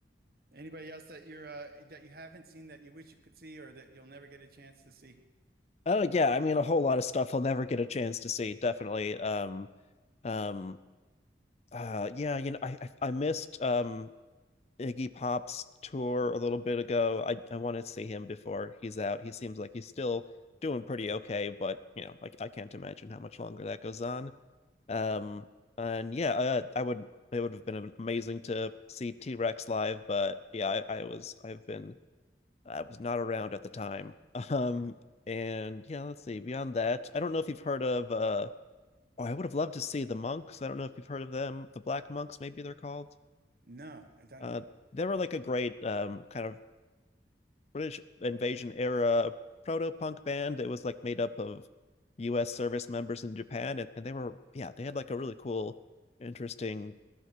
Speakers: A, on the right (about 55°); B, on the left (about 35°).
A: Anybody else that you're uh that you haven't seen that you wish you could see or that you'll never get a chance to see?
B: Oh yeah, I mean a whole lot of stuff I'll never get a chance to see, definitely. Um um uh yeah, you know, I I, I missed um Iggy Pop's tour
A: Mm,
B: a little bit ago. I I want to see him before he's out. He seems like he's still doing pretty okay, but you know, like I can't imagine how much longer that goes on. Um, and yeah, uh, I would. It would have been amazing to see T Rex live, but yeah,
A: mm,
B: I, I was. I've been. I was not around at the time. <laughs> Um,
A: yeah.
B: and yeah, let's see. Beyond that, I don't know if you've heard of. Uh, oh, I would have loved to see the monks. I don't know if you've heard of them. The Black Monks, maybe they're called.
A: No, I don't
B: Uh,
A: know.
B: they were like a great um kind of British invasion era proto punk band that was like made up of U.S. service members in Japan, and, and they were yeah they had like a really cool, interesting